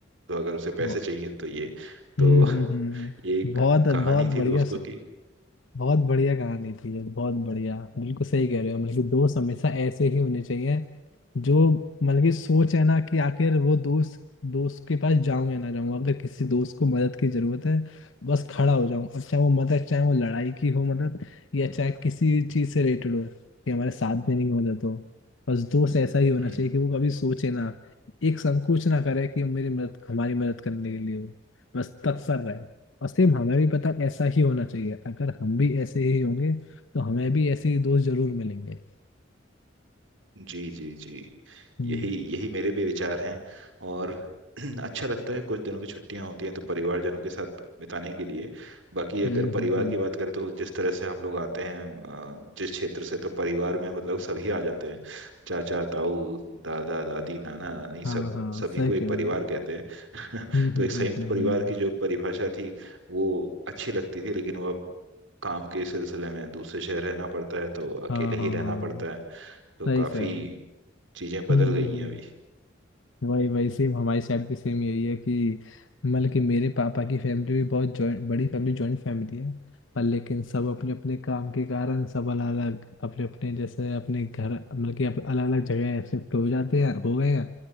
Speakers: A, on the right; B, on the left.
A: तो अगर उसे पैसे
B: वो-
A: चाहिए तो ये तो
B: हम्म
A: <laughs>
B: हम्म हम्म
A: ये एक
B: बहुत
A: कहानी
B: बहुत
A: थी
B: बढ़िया
A: दोस्तों की
B: बहुत बढ़िया कहानी थी ये बहुत बढ़िया बिल्कुल सही कह रहे हो मतलब कि दोस्त हमेशा ऐसे ही होने चाहिए जो मतलब कि सोच है ना कि आखिर वो दोस्त दोस्त के पास जाऊं या ना जाऊं अगर किसी दोस्त को मदद की जरूरत है बस खड़ा हो जाऊं अब चाहे वो मदद चाहे वो लड़ाई की हो मदद या चाहे किसी चीज से रिलेटेड हो कि हमारे साथ देने की मदद हो बस दोस्त ऐसा ही होना
A: हम्म
B: चाहिए
A: हम्म
B: कि वो कभी सोचे ना एक संकोच ना करे कि मेरी मदद हमारी मदद करने के लिए हो बस तत्पर रहे और सेम हमें भी पता ऐसा ही होना चाहिए अगर हम भी ऐसे ही होंगे तो हमें भी ऐसे ही दोस्त जरूर मिलेंगे
A: जी जी जी
B: हम्म
A: यही यही मेरे भी विचार हैं और <clears throat> अच्छा लगता है कुछ दिनों की छुट्टियां होती हैं तो परिवारजनों के साथ बिताने के लिए बाकी अगर
B: हम्म हम्म
A: परिवार
B: हम्म।
A: की बात करें तो जिस तरह से हम लोग आते हैं अ, जिस क्षेत्र से तो परिवार में मतलब सभी आ जाते हैं चाचा ताऊ दादा दादी नाना नानी
B: हाँ
A: सब
B: हाँ
A: सभी
B: सही
A: को
B: कह
A: एक परिवार
B: रहे हो आप
A: कहते हैं
B: हम्म
A: <laughs> तो
B: हम्म
A: एक संयुक्त
B: हम्म हम्म
A: परिवार
B: हम्म।
A: की जो परिभाषा थी वो अच्छी लगती थी लेकिन वो अब काम के सिलसिले में दूसरे शहर रहना पड़ता है तो अकेले
B: हाँ हाँ
A: ही रहना
B: हाँ
A: पड़ता है तो
B: सही
A: काफी
B: कह रहे हो
A: चीजें बदल
B: हम्म
A: गई
B: हम्म हम्म
A: हैं अभी
B: वही वही सेम हमारी साइड पे सेम यही है कि मतलब कि मेरे पापा की फैमिली भी बहुत जॉइंट बड़ी फैमिली जॉइंट फैमिली है पर लेकिन सब अपने अपने काम के कारण सब अलग अलग अपने अपने जैसे अपने घर मतलब कि अलग अलग जगह शिफ्ट हो जाते हैं हो गए हैं